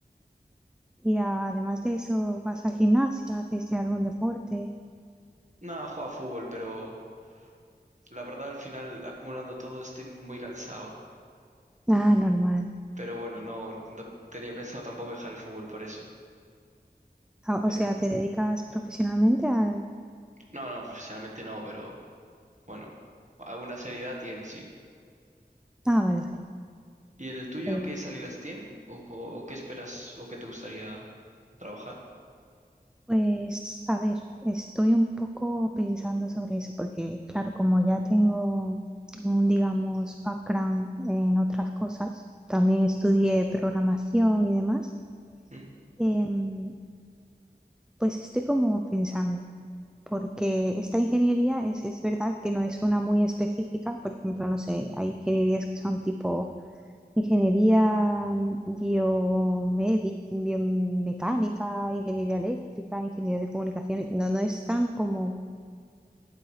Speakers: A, in the centre; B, on the right.
A: Y además de eso, ¿vas al gimnasio? ¿Haces de algún deporte?
B: Nada, juega fútbol, pero la verdad al final acumulando todo estoy muy cansado.
A: Ah, normal.
B: Pero bueno, no, no tenía pensado tampoco dejar el fútbol por eso.
A: Ah,
B: Eh,
A: O sea, ¿te dedicas profesionalmente al...?
B: no, no, profesionalmente no, pero bueno, alguna seriedad tiene, sí.
A: Ah, vale, vale.
B: ¿Y el tuyo
A: Sí.
B: qué salidas tiene? ¿O, co- o qué esperas o qué te gustaría trabajar?
A: Pues, a ver, estoy un poco pensando sobre eso porque, claro, como ya tengo un, digamos, background en otras cosas, también estudié programación y demás,
B: ¿Mm?
A: em, pues estoy como pensando. porque esta ingeniería es, es verdad que no es una muy específica, por ejemplo, no sé, hay ingenierías que son tipo ingeniería biomédica, biomecánica, ingeniería eléctrica, ingeniería de comunicaciones, no, no es tan como